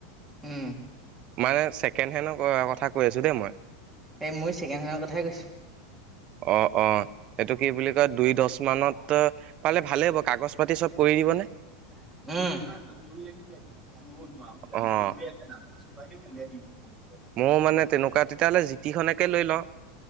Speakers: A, in the centre; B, on the right.
A: উম।
B: মানে ছেকেণ্ড হেণ্ডৰ কথা কৈ আছোঁ দেই মই।
A: এই মই চেকেণ্ড হেণ্ড কথাই কছোঁ।
B: অ', অ'। এইটো কি বুলি কয় দুই দহ মানত পালে ভালেই হ'ব কাগজ পাতি চব কৰি দিবনে।
A: উ, ন
B: অঁ
A: <inaudible>
B: ময়ও মানে তেনেকুৱা তেতিয়াহ'লে জিটি খনেকে লৈ লওঁ।